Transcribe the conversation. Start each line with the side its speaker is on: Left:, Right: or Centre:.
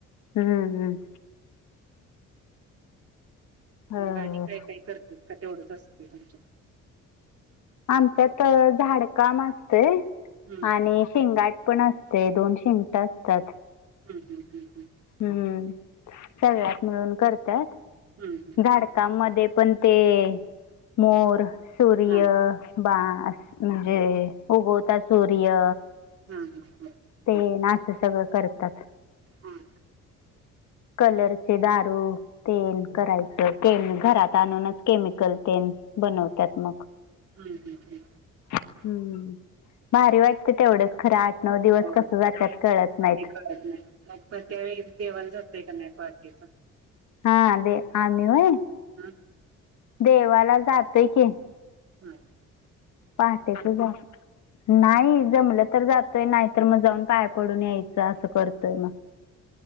Left: हम्म हम् हो
Right: मग आणि काही काही करतेत का तेवढंच असते तुमच्यात
Left: आमच्यात झाडकाम असतय
Right: हम्म
Left: आणि शेंगाट पण असते दोन शिंगट असतात
Right: हम् ह्म ह् ह्म
Left: हम्म सगळ्यात मिळून करतात
Right: हम्म हम्म हम्म
Left: झाडकामध्ये पण ते मोर सूर्य
Right: हा
Left: बांस म्हणजे उगवता सूर्य
Right: हम् हम ह
Left: ते ना अस सगळं करतात
Right: हम
Left: कलरचे दारू तेल करायचं केम घरात आणूनच केमिकल तेल बनवत्यात मग
Right: हम्म हम्म हम्म
Left: हम्म भारी वाटत तेवढंच खरं आठ नऊ दिवस
Right: होय.
Left: कस जातात कळत नाहीत
Right: ते कळत नाही मग पण त्यावेळी देवाला जातेय का नाही पहाटेच
Left: हा दे आम्ही होय
Right: हम
Left: देवाला जातय की
Right: हम्
Left: पहाटेच जा नाही जमलं तर जातोय नाही तर मग जाऊन पाया पडून यायचं असं करतोय मग